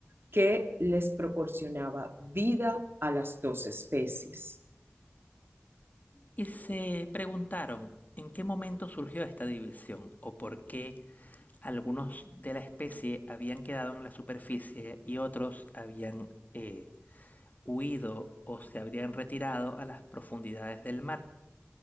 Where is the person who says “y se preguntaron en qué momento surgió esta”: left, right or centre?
Left